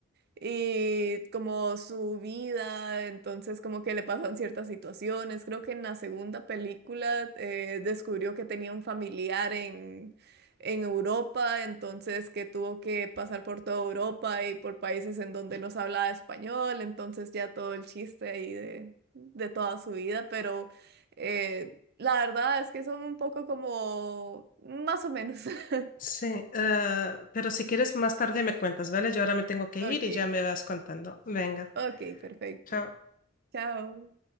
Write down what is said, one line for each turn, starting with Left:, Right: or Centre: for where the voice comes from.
Right: y como su vida, entonces como que le pasan ciertas situaciones. Creo que en la segunda película eh, descubrió que tenía un familiar en, en Europa, entonces que tuvo que pasar por toda Europa y por países en donde no se hablaba español, entonces ya todo el chiste ahí de, de toda su vida, pero eh, la verdad es que son un poco como más o menos. <laughs>
Left: Sí, eh, pero si quieres más tarde me cuentas, ¿vale? Yo ahora me tengo que
Right: Ok,
Left: ir y ya me vas contando. Venga,
Right: ok, perfecto.
Left: chao.
Right: Chao.